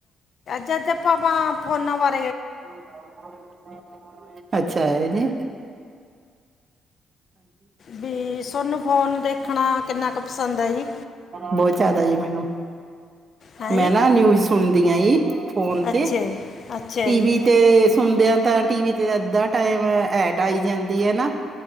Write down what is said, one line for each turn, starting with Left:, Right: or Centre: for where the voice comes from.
Left: ਜਦ ਭਾਵਾਂ ਫੋਨਾ ਵਾਰੇ
Right: <unintelligible> ਅੱਛਾ ਇਹਦੀ।
Left: ਵੀ ਸੋਨੂੰ ਫੋਨ ਦੇਖਣਾ ਕਿੰਨਾ ਕੁ ਪਸੰਦ ਹੈ ਜੀ
Right: ਬਹੁਤ ਜਿਆਦਾ ਆ ਜ ਮੈਨੂੰ
Left: ਹੈਂ
Right: ਮੈਂ
Left: ਜੀ
Right: ਨਾ ਨਿਊਜ ਸੁਣਦੀ ਆ, ਫੋਨ
Left: ਅੱਛਾ
Right: ਤੇ
Left: ਜੀ ਅੱਛਾ
Right: ਟੀਵੀ
Left: ਜੀ
Right: ਤੇ ਸੁਣਦਿਆਂ ਤਾਂ ਟੀ ਤੇ ਅੱਧਾ ਟਾਈਮ ਐਟ ਆਈ ਜਾਂਦੀ ਆ, ਨਾ